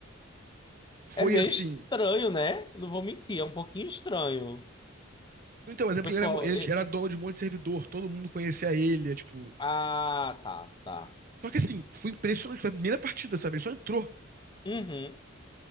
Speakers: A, on the right; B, on the left.
A: Foi
B: É meio
A: assim.
B: estranho, né? Não vou mentir, é um pouquinho estranho.
A: Então, mas é porque
B: Pessoal,
A: ele era, mo- ele
B: eu-
A: era dono de um monte de servidor, todo mundo conhecia ele, é tipo.
B: ah, tá, tá.
A: Só que assim, foi impressionante, foi a primeira partida, sabe? Ele só entrou.
B: Uhum.